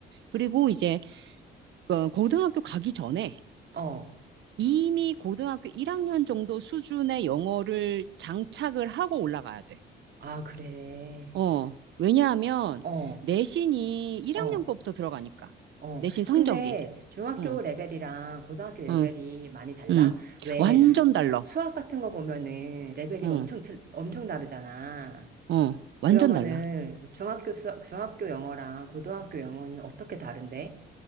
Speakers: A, on the right; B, on the right.
A: 그리고 이제 그 고등학교 가기 전에
B: 어.
A: 이미 고등학교 1학년 정도 수준의 영어를 장착을 하고 올라가야 돼.
B: 아, 그래.
A: 어, 왜냐하면
B: 어,
A: 내신이 1학년
B: 어,
A: 거부터 들어가니까.
B: 어.
A: 내신 성적이.
B: 근데 중학교
A: 응,
B: 레벨이랑 고등학교 레벨이
A: 응,
B: 많이 달라?
A: 응.
B: 왜
A: 완전
B: 수,
A: 달라.
B: 수학 같은 거 보면은 레벨이
A: 응,
B: 엄청, 틀- 엄청 다르잖아.
A: 응. 완전
B: 그러면은
A: 달라.
B: 중학교 수학, 중학교 영어랑 고등학교 영어는 어떻게 다른데?